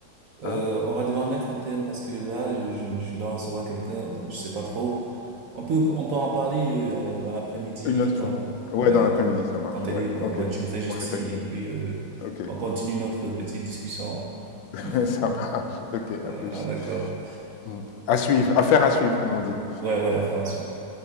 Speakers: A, on the right; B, on the left.
A: euh,
B: hein?
A: on va devoir mettre un thème parce que là, je, je dois recevoir quelqu'un, donc je sais pas trop. On peut, on peut en parler euh, euh, dans l'après-midi
B: Une autre
A: quand,
B: fois. Ouais,
A: ouais,
B: dans l'après-midi,
A: quand,
B: ça marche,
A: quand elle
B: ouais.
A: est euh,
B: Ok.
A: Ouais, tu me fais juste
B: Ouais,
A: signe
B: t'inquiète.
A: et puis euh,
B: Ok.
A: on continue notre petite discussion.
B: <laughs>
A: <laughs>
B: Ça marche. Ok, à
A: Ah,
B: plus.
A: d'accord.
B: Mm. À suivre, à faire à suivre, comme on dit.
A: Ouais, ouais, affaire à suivre.